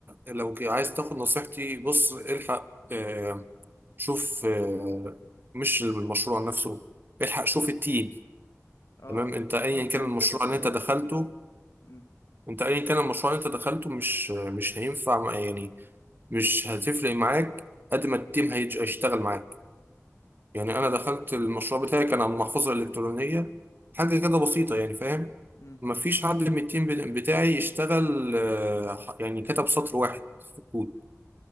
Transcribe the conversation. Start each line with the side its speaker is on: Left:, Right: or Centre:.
Right: لو عايز تاخد نصيحتي بص الحق آه، شوف آه، مش المشروع نفسه الحق شوف التيم
Left: اه
Right: تمام انت ايا
Left: اه التيم
Right: كان المشروع
Left: كده كده
Right: اللي انت
Left: اه
Right: دخلته
Left: امم
Right: انت ايا كان المشروع اللي انت دخلته مش مش هينفع مع- يعني مش هتفرق معاك قد ما التيم هيج- هيشتغل معاك يعني
Left: اه
Right: انا دخلت المشروع بتاعي كان على المحفظة الإلكترونية حاجة كده بسيطة يعني فاهم
Left: امم
Right: مفيش حد من التيم بت- بتاعي يشتغل آه، ح- يعني كتب سطر واحد في الكود